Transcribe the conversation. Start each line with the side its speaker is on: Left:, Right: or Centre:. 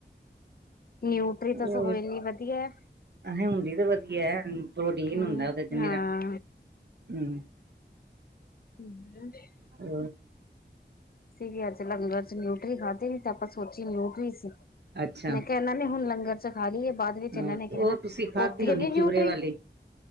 Left: ਨਿਊਟਰੀ ਤਾਂ
Right: ਹੋਰ
Left: ਸਗੋਂ ਏਨੀ ਵਦੀਆ ਏ
Right: ਅ ਹੁੰਦੀ ਤੇ ਵਦੀਆ ਐ ਪ੍ਰੋਟੀਨ
Left: ਹੂੰ
Right: ਹੁੰਦਾ ਉਹਦੇ ਵਿੱਚ ਹੁੰਦਾ ਇਚ
Left: ਹਾਂ
Right: ਨਿਰਾ ਹੂੰ।
Left: ਹੂੰ, ਹੂੰ। <unintelligible>
Right: ਹੰ
Left: ਅਸੀ ਵੀ ਅੱਜ ਲੰਗਰ ਚ ਨਿਊਟਰੀ ਖਾਧੀ ਏ ਤੇ ਆਪਾਂ ਸੋਚੀਏ ਨਿਊਟਰੀ ਸੀ
Right: ਅੱਛਾ
Left: ਮੈਂ ਕਿਹਾ ਇਹਨਾਂ ਨੇ ਹੁਣ ਲੰਗਰ ਚ ਖਾ ਲਈਏ ਬਾਅਦ ਵਿੱਚ
Right: ਹੂੰ
Left: ਇਹਨਾਂ ਨੇ ਹੁਨ
Right: ਉਹ
Left: ਕਹਿਨਾ
Right: ਤੁਸੀਂ ਖਾਧੀ
Left: ਉੱਥੇ
Right: ਹੋਣੀ
Left: ਵੀ ਨਿਊਟਰੀ
Right: ਚੂਰੇ ਵਾਲੀ